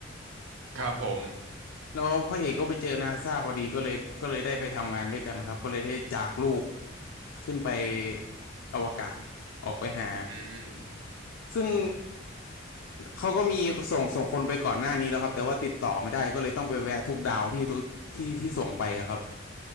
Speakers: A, on the right (about 80°); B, on the left (about 75°).
A: ครับผม
B: แล้วพระเอกก็ไปเจอนาซาพอดีก็เลยก็เลยได้ไปทำงานด้วยกันครับก็เลยได้จากลูกขึ้นไปอวกาศออกไปหา
A: อืม
B: ซึ่งเขาก็มีส่งส่งคนไปก่อนหน้านี้แล้วครับแต่ว่าติดต่อไม่ได้ก็เลยต้องไปแวะทุกดาวที่ทุกที่ที่ส่งไปอะครับ